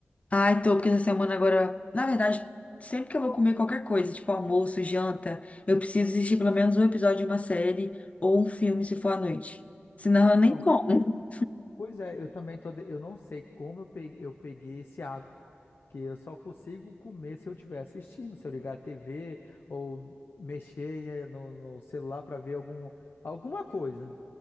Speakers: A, on the left; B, on the left.
A: Ai, tô, porque essa semana agora, na verdade, sempre que eu vou comer qualquer coisa, tipo almoço, janta, eu preciso assistir pelo menos um episódio de uma série ou um filme se for à noite. Senão
B: Então,
A: eu nem como.
B: pois é, eu também tô. de- Eu não sei como eu peguei, eu peguei esse hábito. Que eu só consigo comer se eu estiver assistindo, se eu ligar a TV ou mexer eh, no, no celular pra ver algum, alguma coisa.